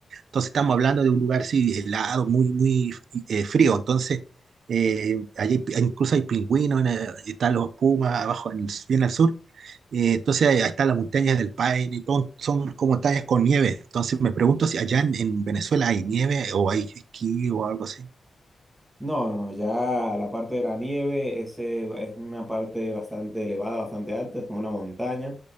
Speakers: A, on the right; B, in the centre.
A: Entonces estamos hablando de un lugar sí, helado, muy, muy eh, frío. Entonces, eh, allí hay- pi- incluso hay pingüinos, en el- y están los pumas abajo, en el- bien al sur. Eh, entonces, ahí están las montañas del Paine, y todo, son como montañas con nieve. Entonces, me pregunto si allá en, en Venezuela hay nieve o hay esquí o algo así.
B: No, no, no, ya la parte de la nieve, ese es una parte bastante elevada, bastante alta, es como una montaña.